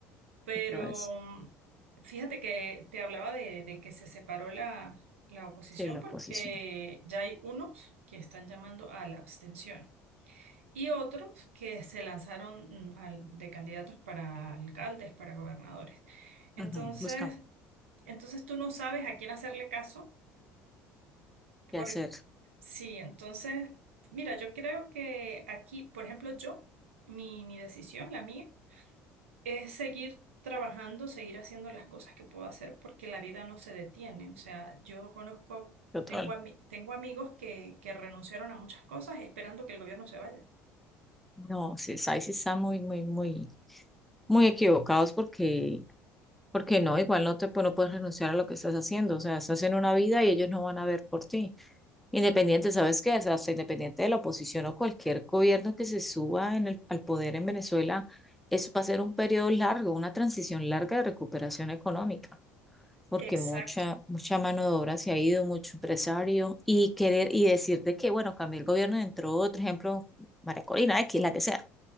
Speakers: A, on the right (about 75°); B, in the centre.
A: pero
B: otra vez.
A: mm, fíjate que te hablaba de, de que se separó la, la oposición
B: Sí, la
A: porque
B: oposición.
A: ya hay unos que están llamando a la abstención y otros que se lanzaron mm, al- de candidatos para alcaldes, para gobernadores. Entonces,
B: Ujú, Buscan
A: entonces tú no sabes a quién hacerle caso. Por,
B: qué hacer.
A: sí, entonces, mira, yo creo que aquí, por ejemplo, yo, mi, mi decisión, la mía, es seguir trabajando, seguir haciendo las cosas que puedo hacer, porque la vida no se detiene. O sea, yo conozco,
B: Total.
A: tengo, ami- tengo amigos que, que renunciaron a muchas cosas esperando que el gobierno se vaya.
B: No, sí, ahí sí están muy, muy, muy, muy equivocados porque, porque no, igual no te pues, no puedes renunciar a lo que estás haciendo. O sea, estás en una vida y ellos no van a ver por ti. Independiente, ¿sabes qué? O sea, hasta independiente de la oposición o cualquier gobierno que se suba en el, al poder en Venezuela, eso va a ser un periodo largo, una transición larga de recuperación económica. porque
A: Exacto.
B: mucha, mucha mano de obra se ha ido, mucho empresario, y querer y decir de que, bueno, cambió el gobierno, entró otro ejemplo, María Corina, X, la que sea.